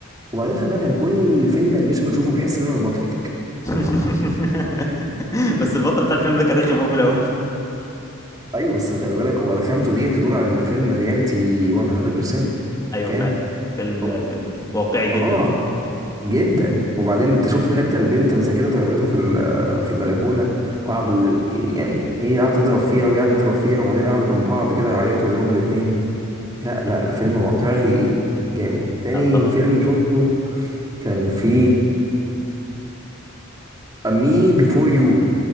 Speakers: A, on the right; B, on the left.
A: وبعدين خلي بالك انا كل فيلم انيميشن بشوفه بحس ان انا البطل
B: <laughs> بس البطل بتاع الفيلم ده كان رخم قوي في الاول
A: ايوه بس خلي بالك هو رخامته دي تدل على ان الفيلم رياليتي 100% انت
B: ايوه
A: فاهم
B: فعلا فيلم
A: اللي هو
B: فيلم واقعي جدا
A: اه جدا وبعدين انت شفت الحته البنت مسكتها ضربتها في ال- في البلكونه وقعدوا ي- يعني ايه قعد يضرب فيها وهي قعدت تضرب فيها وبعدين قعدوا جنب بعض كده يعيطوا زي هما الاثنين لا لا الفيلم واقعي جامد تاني
B: اتفق
A: فيلم شفته كان في مي بيفور يو